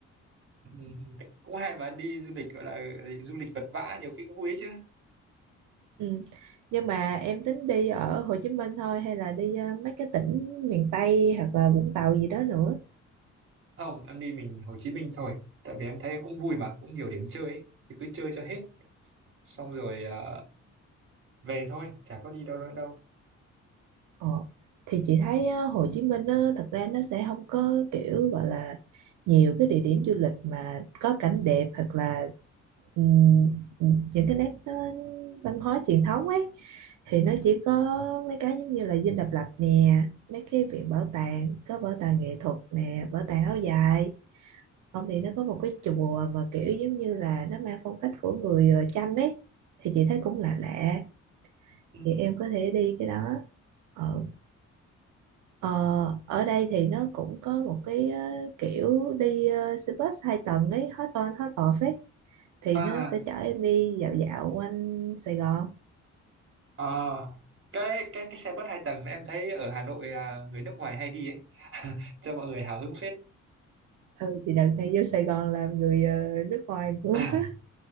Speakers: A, on the right; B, on the right.
A: Ừ, ừ. cũng hay mà đi du lịch gọi là gì, du lịch vật vã nhiều khi cũng vui ấy chứ
B: Ừ. Nhưng mà em tính đi ở Hồ Chí Minh thôi hay là đi ờ, mấy cái tỉnh miền Tây hoặc là Vũng Tàu gì đó nữa?
A: không em đi mình Hồ Chí Minh thôi tại vì em thấy cũng vui mà cũng nhiều điểm chơi ấy. thì cứ chơi cho hết xong rồi ờ, về thôi chả có đi đâu nữa đâu
B: Ờ, thì chị thấy á, Hồ Chí Minh á, thật ra nó sẽ không có kiểu gọi là nhiều cái địa điểm du lịch mà có cảnh đẹp hoặc là ừm, những cái nét ờ, văn hóa truyền thống ấy thì nó chỉ có mấy cái giống như là Dinh Độc Lập nè mấy cái viện bảo tàng có bảo tàng nghệ thuật nè bảo tàng áo dài không thì nó có một cái chùa mà kiểu giống như là nó mang phong cách của người ờ, Chăm ấy thì chị thấy cũng lạ lạ
A: ừ.
B: thì em có thể đi cái đó Ờ, Ờ, ở đây thì nó cũng có một cái ờ, kiểu đi ờ, xe bus hai tầng ấy hot on hot off ấy thì
A: à,
B: nó sẽ chở em đi dạo dạo quanh Sài Gòn
A: à cái cái cái xe bus hai tầng em thấy ở Hà Nội à, người nước ngoài hay đi ấy <laughs> cho mọi người hào hứng phết
B: ừ thì đợt này vô Sài Gòn làm người ờ, nước ngoài nữa
A: à,
B: <laughs>